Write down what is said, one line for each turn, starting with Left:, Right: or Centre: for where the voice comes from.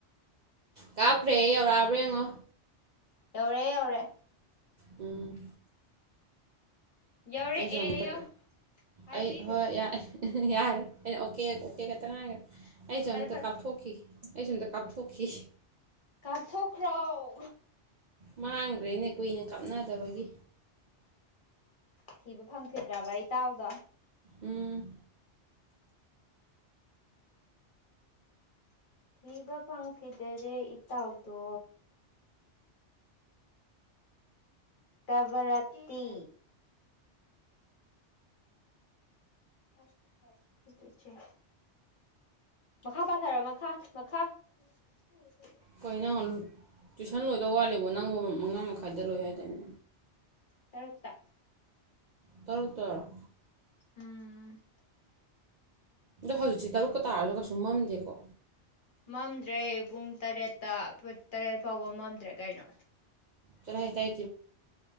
Right: ꯀꯥꯞꯈ꯭ꯔꯦ ꯌꯧꯔꯛꯑꯕ꯭ꯔꯥ ꯌꯦꯡꯉꯣ
Left: ꯌꯧꯔꯦ ꯌꯧꯔꯦ
Right: ꯎꯝ
Left: ꯌꯧꯔꯛꯑꯦ
Right: ꯑꯩꯁꯨ ꯑꯝꯇ
Left: ꯌꯣ ꯍꯥꯏꯕꯤꯈ꯭ꯔꯣ
Right: ꯑꯩ ꯍꯣꯏ ꯌꯥ ꯌꯥꯔꯦ ꯑꯩꯅ ꯑꯣꯀꯦ ꯑꯣꯀꯦ ꯈꯛꯇꯪ ꯉꯥꯏꯈ꯭ꯔꯦ ꯑꯩꯁꯨꯦ
Left: ꯐꯔꯦ
Right: ꯑꯝꯇ
Left: ꯐꯔꯦ
Right: ꯀꯥꯞꯊꯣꯛꯈꯤ ꯑꯩꯁꯨ ꯑꯝꯇ ꯀꯥꯞꯊꯣꯛꯈꯤ
Left: ꯀꯔꯊꯣꯛ ꯔꯥꯎ
Right: ꯃꯥꯡꯈ꯭ꯔꯦꯅꯦ ꯀꯨꯏꯅ ꯀꯥꯞꯅꯗꯕꯒꯤ
Left: ꯊꯤꯕ ꯐꯪꯈꯤꯗ꯭ꯔꯕ ꯏꯇꯥꯎꯗꯣ
Right: ꯎꯝ
Left: ꯊꯤꯕ ꯐꯪꯈꯤꯗꯔꯦ ꯏꯇꯥꯎꯗꯣ ꯀꯚꯔꯠꯇꯤ ꯍꯆ ꯃꯈꯥ ꯄꯥꯊꯔꯣ ꯃꯈꯥ ꯃꯈꯥ ꯎꯝ ꯎꯝ
Right: ꯀꯅ ꯏꯊꯟ ꯂꯣꯏꯗ ꯋꯥꯠꯂꯦꯕꯣ ꯅꯪ ꯃ ꯃꯉꯥ ꯃꯈꯥꯏꯗ ꯂꯣꯏ ꯍꯥꯏꯇꯥꯅꯦ
Left: ꯇꯔꯨꯛꯇ
Right: ꯇꯔꯨꯛ ꯇꯔꯛ
Left: ꯎꯝ
Right: ꯍꯣꯏ ꯑꯁꯤ ꯇꯔꯨꯛꯀ ꯇꯥꯔꯒꯁꯨ ꯀꯩꯁꯨ ꯃꯝꯗꯦꯀꯣ
Left: ꯃꯝꯗ꯭ꯔꯦ ꯄꯨꯡ ꯇꯔꯦꯠꯇ ꯇꯔꯦꯠ ꯐꯥꯎꯕ ꯃꯝꯗ꯭ꯔꯦ ꯀꯩꯅꯣ
Right: ꯆꯔ ꯍꯥꯏꯥꯏ ꯇꯥꯏ